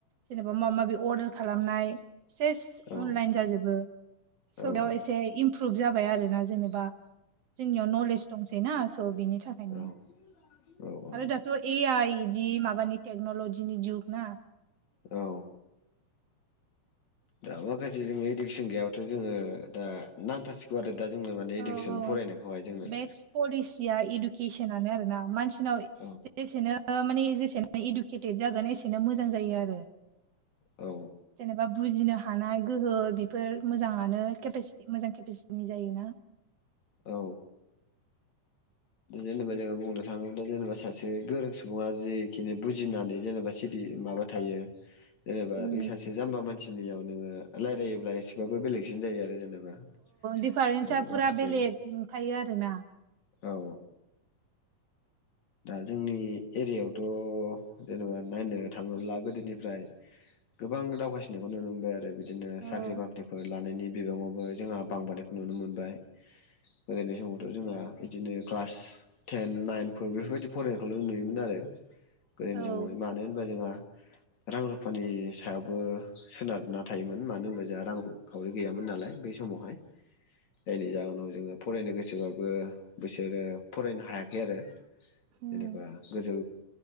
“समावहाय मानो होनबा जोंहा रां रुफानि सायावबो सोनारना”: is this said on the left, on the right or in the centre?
Left